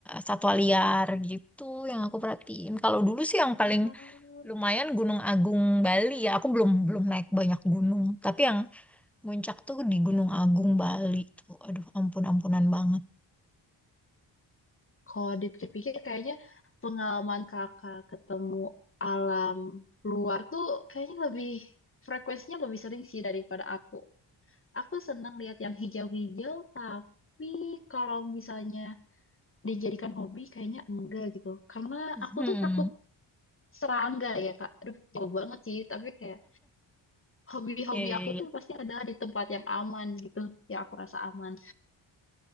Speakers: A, in the centre; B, on the left.
A: satwa liar gitu yang aku perhatiin. Kalau dulu sih yang paling
B: Ah,
A: lumayan Gunung Agung Bali ya, aku belum belum naik banyak gunung. Tapi yang Puncak tuh di Gunung Agung, Bali tuh. Aduh, ampun-ampunan banget.
B: Kalau dipikir-pikir kayaknya pengalaman kakak ketemu alam luar tuh kayaknya lebih frekuensinya lebih sering sih daripada aku. Aku senang lihat yang hijau-hijau, tapi kalau misalnya dijadikan hobi kayaknya enggak gitu. Karena aku
A: Hmm.
B: tuh takut serangga ya, Kak. Aduh, jauh banget sih, tapi kayak hobi-hobi
A: eh,
B: aku tuh pasti adalah di tempat yang aman gitu, yang aku rasa aman.